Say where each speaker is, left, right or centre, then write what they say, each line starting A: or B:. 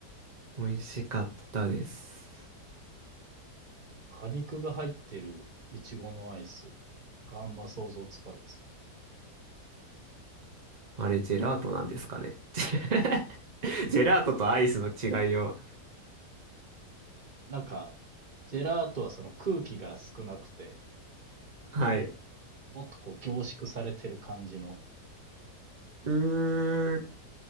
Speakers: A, on the right; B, on the right.
A: 美味しかったです。
B: 果肉が入ってるイチゴのアイスがあんま想像つかないですね。
A: あれ、ジェラートなんですかね。<laughs> ジェラートとアイスの違いを。
B: なんか、ジェラートはその空気が少なくて、
A: はい。
B: もっとこう凝縮されてる感じの。
A: うー、